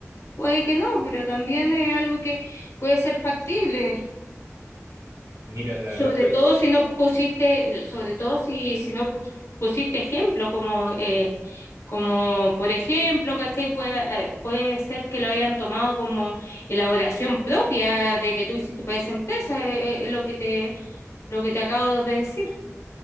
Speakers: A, on the left; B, on the right.
A: puede que no, pero también es algo que puede ser factible.
B: Mira, la
A: Sobre
B: verdad está,
A: todo si no pusiste, sobre todo si, si no pu- pusiste ejemplo, como, eh, como por ejemplo, ¿cachai? Puede, eh, puede ser que lo hayan tomado como elaboración propia de que tú hiciste para esa empresa, eh, eh, es lo que te, lo que te acabo de decir.